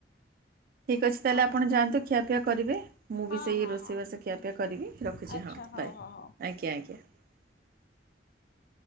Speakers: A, on the right; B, on the left.
A: ଠିକ୍ ଅଛି ତାହେଲେ
B: ହଁ
A: ଆପଣ
B: ହଁ
A: ଯାଆନ୍ତୁ ଖିଆପିଆ କରିବେ। ମୁଁ
B: ହଁ
A: ବି ସେଇ
B: ହଁ
A: ରୋଷେଇବାଷ
B: ହଁ
A: ଖିଆପିଆ କରିବି ରଖୁଛି
B: ଆଚ୍ଛା
A: ହଁ।
B: ହଉ ହଉ
A: ବାଏ
B: ହ
A: ଆଜ୍ଞା ଆଜ୍ଞା। <inaudible>